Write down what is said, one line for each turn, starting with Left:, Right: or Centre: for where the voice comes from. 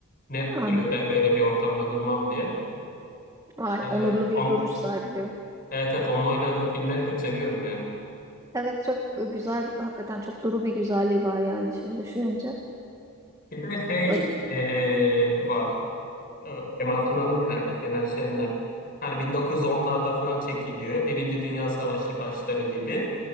Left: net
Right: Anladım.
Left: duruyor ben böyle bir ortamda durmam diye.
Right: Vay
Left: E,
Right: onurlu
Left: on,
Right: bir duruş sergiliyor.
Left: evet evet onun oynadığı filmleri çok seviyorum yani.
Right: Evet çok e, güzel. Hakikaten çok duru bir güzelliği var yani şimdi düşününce.
Left: Bir de şey
Right: Öyle.
Left: e, var. O Kemal Sunal'ın genelde Şener Şen'le. Hani bin dokuz yüz onlarda falan çekiliyor. Birinci Dünya Savaşı başları gibi.